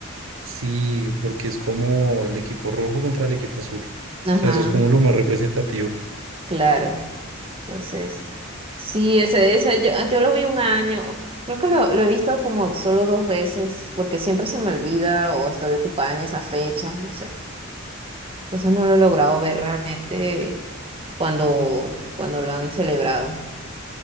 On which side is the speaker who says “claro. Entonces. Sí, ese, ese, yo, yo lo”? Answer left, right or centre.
Right